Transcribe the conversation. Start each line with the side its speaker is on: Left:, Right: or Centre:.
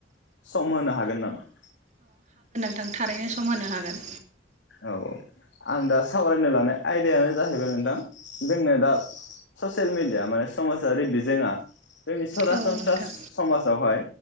Left: सम होनो हागोन नामा?
Right: थां थारैनो सम होनो हागोन।
Left: औ आं दा सावरायनो लानाय आयदायानो जाहैबाय नोंथां जोंनो दा ससियेल मिडिया माने समाजारि बिजोङा जोंनि सरासनस्रा
Right: औ नोंथां
Left: समाज बेववहाय